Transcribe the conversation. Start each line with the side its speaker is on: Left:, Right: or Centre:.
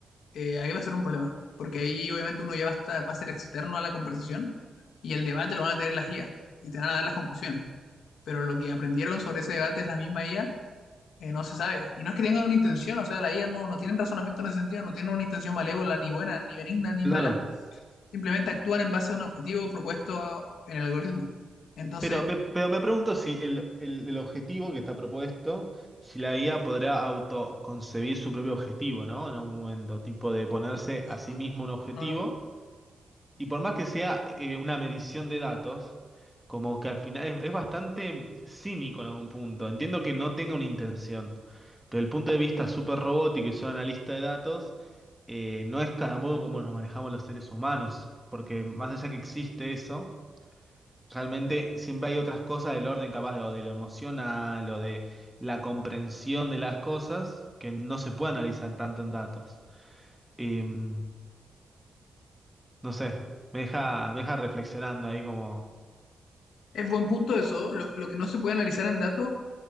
Left: eh, ahí va a ser un problema. Porque ahí obviamente uno ya va a, estar- va a ser externo a la conversación y el debate lo van a tener las IA y te van a dar las conclusiones. Pero lo que aprendieron sobre ese debate es la misma IA, eh, no se sabe. Y no es que tengan una intención, o sea, la IA no, no tienen razonamiento en ese sentido, no tienen una intención malévola, ni buena, ni benigna, ni
Centre: Claro.
Left: mala. Simplemente actúan en base a un objetivo propuesto en el algoritmo. Entonces...
Centre: Pero, me- pero me pregunto si el, el- el objetivo que está propuesto, si la guía podrá autoconcebir su propio objetivo, ¿no? En algún momento, tipo de ponerse
Left: Uh,
Centre: a
Left: eso
Centre: sí
Left: no,
Centre: mismo un objetivo,
Left: No, no.
Centre: y por más que sea eh, una medición de datos, como que al final es, es bastante cínico en algún punto. Entiendo que no tenga una intención, pero el punto de vista súper robótico y solo analista de datos, eh, no es cada modo como nos manejamos los seres humanos, porque más allá que existe eso. Realmente siempre hay otras cosas del orden, capaz de, o de lo emocional o de la comprensión de las cosas que no se puede analizar tanto en datos. Eh, no sé, me deja, me deja reflexionando ahí como...
Left: Es buen punto eso. Lo, lo que no se puede analizar en datos,